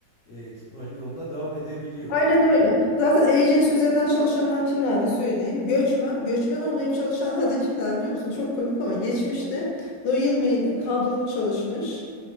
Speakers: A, on the left; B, on the left.
A: e, yoluna devam edebiliyor.
B: Aynen öyle. Zaten agency üzerinden çalışanlar kimlerdi söyleyeyim. Göçmen, göçmen olmayıp çalışanlar da kimler biliyor musun? Çok komik ama geçmişte Royal Mail'de kadrolu çalışmış.